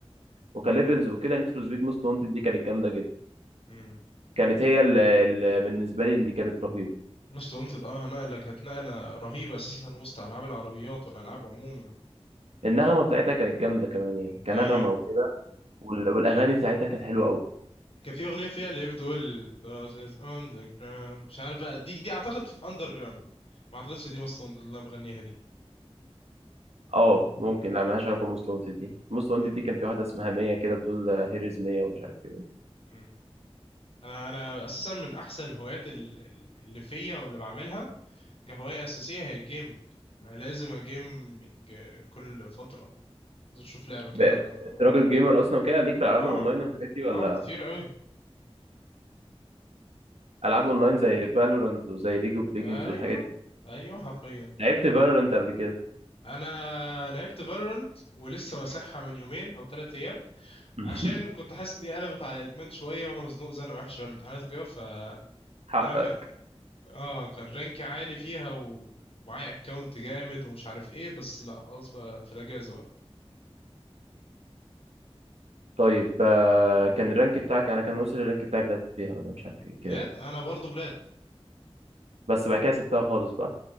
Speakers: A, on the right; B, on the left.
A: وكليفلز وكده نيد فور سبيد موست وانتد دي كانت جامده جدا
B: امم
A: كانت هي اللي اللي بالنسبه لي اللي كانت رهيبه
B: مست وانتد اه نقله كانت نقله رهيبه اساسا وسط العاب العربيات والالعاب عموما
A: النغمة بتاعتها كانت جامدة كمان يعني
B: ايوه
A: كنغمة وكده وال- والأغاني بتاعتها كانت حلوة أوي
B: كان في اغنيه فيها اللي هي بتقول This is underground مش عارف بقى دي دي اعتقد اندر جراوند ما اعتقدش إن دي مصر اللي انا بغنيها دي
A: اه ممكن لا ملهاش علاقة بموست وانتد دي موست وانتد
B: مم.
A: دي كان في واحدة اسمها مية كده بتقول هيريز مية ومش عارف ايه
B: مم. انا انا اساسا من احسن الهوايات ال- ال- اللي فيا واللي بعملها كهوايه اساسيه هي الجيمنج انا لازم اجيمنج كل فتره لازم اشوف لعبه كده
A: ب-
B: ب-
A: أنت
B: ب-
A: راجل جيمر أصلا وكده ليك في الألعاب
B: اه
A: الأونلاين والحاجات دي ولا
B: اه كتير قوي
A: ألعاب
B: مم.
A: أونلاين زي فالورانت وزي ليج اوف ليجندز
B: ايوه
A: والحاجات دي
B: ايوه حرفيا
A: لعبت فالورانت قبل كده
B: انا لعبت فالورنت ولسه مسحها من يومين او ثلاثة ايام
A: <laughs>
B: عشان كنت حاسس اني قلبت على ادمان شويه وانا مزنوق زنقه وحشه والامتحانات وكده فانا
A: حقق
B: ك... اه كان رانكي عالي فيها و- ومعايا اكونت جامد ومش عارف ايه بس لا خلاص بقى في الاجازه بقى
A: طيب
B: مم.
A: آه، كان الرانك بتاعك أنا كان وصل الرانك بتاعي بلات فيها ولا مش عارف ايه
B: بلاد
A: كده يعني
B: انا برضو بلاد
A: بس بعد كده سبتها خالص بقى